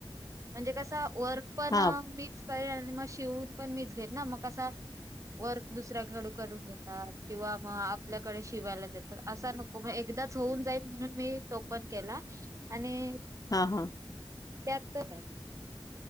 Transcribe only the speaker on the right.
म्हणजे कसा वर्क पण
मीच करेन आणि मग शिवून पण मीच घेत ना मग का वर्क दुसऱ्या कडून करून घेतात. किंवा मग आपल्याकडे शिवायला देता असा नको, मग एकदाच होऊन जाईल म्हणून मी तोपन केला. आणि
त्यात पण आहे